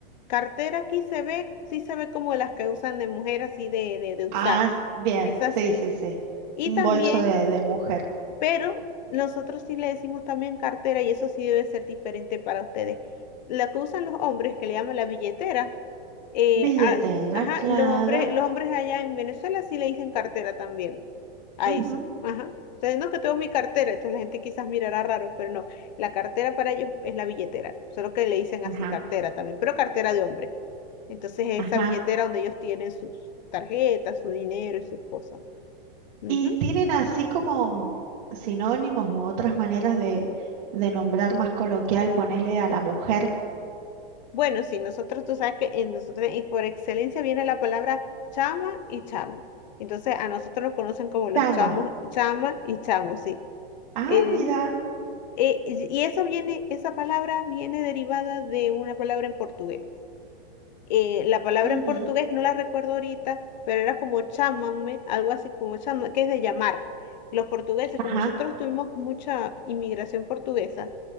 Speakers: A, on the left; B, on the right.
A: cartera aquí se ve, sí se ve como las que usan de mujer así de, de, de usar.
B: ah, bien,
A: Es así.
B: sí, sí, sí.
A: Y
B: Un
A: también
B: bolso de, de mujer.
A: Pero nosotros sí le decimos también cartera y eso sí debe ser diferente para ustedes. La que usan los hombres, que le llaman la billetera, eh,
B: Billetera,
A: a- ajá,
B: claro.
A: los hombres, los hombres allá en Venezuela sí le dicen cartera también a
B: ujú,
A: eso. Ajá. Entonces, no que tengo mi cartera, entonces la gente quizás mirará raro, pero no, la cartera para ellos es la billetera, solo que le dicen
B: Ajá,
A: así cartera también, pero cartera de hombre. Entonces,
B: ajá.
A: esa billetera donde ellos tienen sus tarjetas, su dinero y sus cosas. Ujú.
B: Y tienen así como mm, sinónimos u otras maneras de, de nombrar más coloquial, ponerle a la mujer.
A: Bueno, sí, nosotros, tú sabes que en nosotros, y por excelencia viene la palabra chama y chamo. Entonces, a nosotros nos conocen como los
B: Tama.
A: chamos, chama y chamo, sí.
B: Ah,
A: Eh,
B: mira.
A: eh, y y eso viene, esa palabra viene derivada de una palabra en portugués eh, la palabra
B: Ujú.
A: en portugués no la recuerdo ahorita, pero era como chámame, algo así como chama, que es de llamar. Los portugueses,
B: Ajá,
A: como nosotros tuvimos mucha inmigración portuguesa